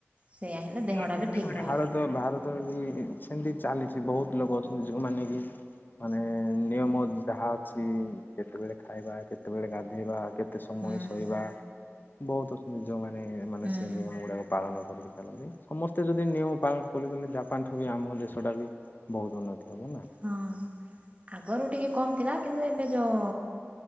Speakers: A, on the right; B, on the left.
A: ସେଇୟା ହେଲେ
B: <unintelligible>
A: ଦେହଟା ବି ଠିକ୍ ରହିବ
B: ଭାରତ
A: ହୁଁ
B: ଭାରତରେ ବି ସେମିତି ଚାଲିଛି। ବହୁତ ଲୋକ ଅଛନ୍ତି ଯଉମାନେ କି ମାନେ ନିୟମ ଯାହା ଅଛି କେତେବେଳେ ଖାଇବା କେତେବେଳେ ଗାଧେଇବା କେତେ ସମୟ
A: ହୁଁ
B: ଶୋଇବା ବହୁତ୍ ଯୋଉମାନେ।
A: ହୁଁ
B: ନେ ସେ
A: ହୁଁ
B: ନିୟମ ଗୁଡ଼ାକ ପାଳନ କରିକି <unintelligible> ସମସ୍ତେ ଯଦି ନିୟମ ପାଳନ କ କଲେ ଜାପାନଠୁ ବି ଆମ ଦେଶଟା ବି ବହୁତ ଉନ୍ନତି ହବ ନା
A: ହଁ ଆଗରୁ ଟିକେ କମ୍ ଥିଲା କିନ୍ତୁ ଏବେ ଯେଉଁ